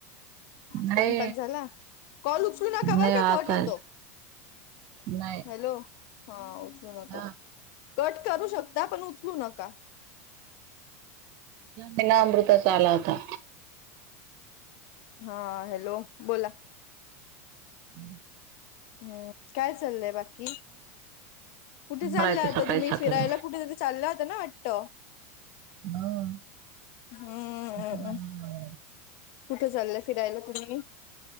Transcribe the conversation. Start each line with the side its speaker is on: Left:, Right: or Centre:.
Right: नाही
Left: स्वयंपाक झाला. कॉल उचलू नका
Right: नाही
Left: बरं
Right: आता
Left: कट होतो.
Right: नाही
Left: हॅलो. हा उचलू नका
Right: हा
Left: कट करू शकता, पण उचलू नका.
Right: मला अमृताचा आला होता.
Left: हा हॅलो बोला.
Right: हम्म.
Left: हम्म काय चाललंय बाकी, कुठे चालला
Right: राहते
Left: आता
Right: सकाळी
Left: तुम्ही
Right: सकाळी
Left: फिरायला कुठेतरी. चालला होता ना? वाटतं.
Right: हो
Left: हम्ममम्मम्,
Right: तिथे जाणार आहे.
Left: कुठे चाललंय फिरायला तुम्ही?